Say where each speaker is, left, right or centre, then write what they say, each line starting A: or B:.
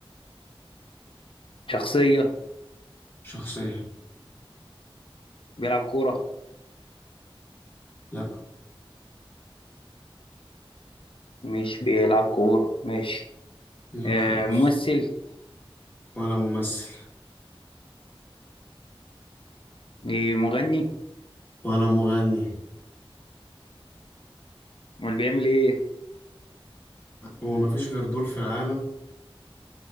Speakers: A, on the left; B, on the left.
A: شخصية
B: شخصيه
A: بيلعب كورة
B: لا
A: مش بيلعب كورة ماشي
B: لا
A: آه،
B: خالص
A: ممثل
B: ولا ممثل
A: إيه، مغني
B: ولا مغني
A: امال بيعمل ايه
B: هو مفيش غير دول في العالم